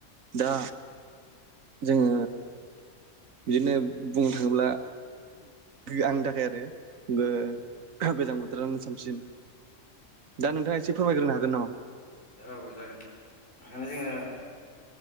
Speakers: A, on the right; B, on the left.
A: दा जोङो बिदिनो बुंनो थाङोब्ला आंनि थाखाय आरो गो-गोजां बोथोरानो सामसिन। दा नोंथाङा एसे फोरमायग्रोनो हागोन नामा?
B: औ जागोन दे माने जोङो